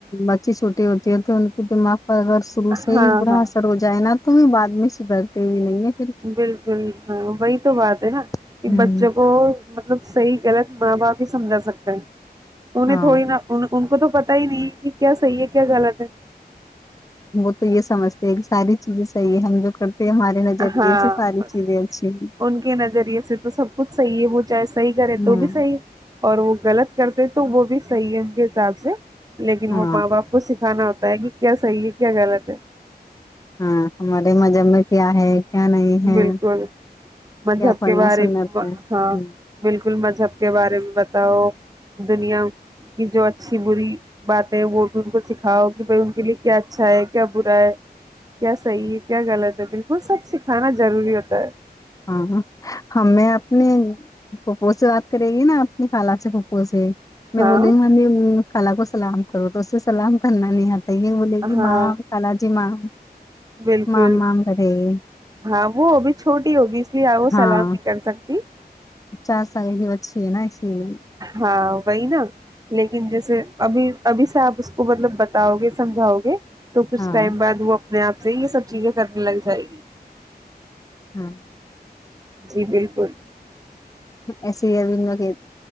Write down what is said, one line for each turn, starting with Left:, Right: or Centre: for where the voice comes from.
Left: اچ چھوٹی ہوتی ہے تو ان کے دماغ اگر شروع سے
Right: ہاں
Left: ہی برا
Right: ہاں
Left: اثر ہو جائے نا تو بھی بعد میں سدھرتے ہوئے نہیںے
Right: بالکل ہاں وہی تو بات ہے نا
Left: ہوں
Right: کہ بچوں کو مطلب صحیح غلط ماں باپ ہی سمجھا سکتا ہے انیں
Left: ہاں
Right: تھوڑی نہا ان ان کو تو پتا ہی نہیں کہ کیا صحیح ہے کیا غلط ہے
Left: وہ تو یہ سمجھتے ہیں کہ ساری چیزیں صحیح ہے ہم جو کرتے ہیں ہمارے نظریے
Right: ہاں
Left: سے ساری
Right: بس
Left: چیزیں اچھی ہیں
Right: ان کے نظریے سے تو سب کچھ صحیح ہے وہ چاہے صحیح کرے
Left: ہاں
Right: تو بھی صحیح ہے اور وہ غلط کرتے تو وہ بھی صحیح ہے ان کے حساب سے لیکن
Left: ہاں
Right: وہ ماں باپ کو س ھانا ہوتا ہے کہ کیا صحیح ہے کیا غلط ہے
Left: ہاں ہماریے مجے میں کیا ہے کیا نہیں ہے
Right: بالکل مذہب
Left: کیا پڑھنا
Right: کے بارے
Left: سننا
Right: ہاں
Left: ہے ہوں
Right: بالکل بالکل مذہب کے بارے میں بتاؤ دنیا کی جو اچھی بری باتیں ہے وہ بھی ان کو سکھاؤ کہ بھائی ان کے لیے کیا اچھا ہے کیا برا ہے کیا صحیح ہے کیا غلط ہے بالکل سب س کھانا ضروری ہوتا ہے
Left: ہاں ہمیں اپنے پھپ سے بات کرے گی نا اپنی خال سے پھپو سے میں
Right: ہاں
Left: بولے ہمیں خال کو سلام کرو تو اس سے سلام کرنا نہیں آتا تو یہ بولے گی
Right: ہاں
Left: ماں کال جی ماں
Right: بالکل
Left: ماں مام کرے گی
Right: ہاں وہ ابھی چھوٹی ہوگی اس لیے آ وہ
Left: ہاں
Right: سلام نہیں کر سکتے جی
Left: چار سال کی بچی ہے نا اسی لیے
Right: ہاں وہی نا لیکن جیسے ابھی ابھی سے آپ اس کو مطلب بتاؤ گے سمجھاؤ گے تو کچھ
Left: ہاں
Right: ٹائم بعد وہ اپنے آپ سے یہ سب چیزیں کرنے لگ جائے گی
Left: ہاں
Right: جی بالکل
Left: ایسے ہی اب میں کہ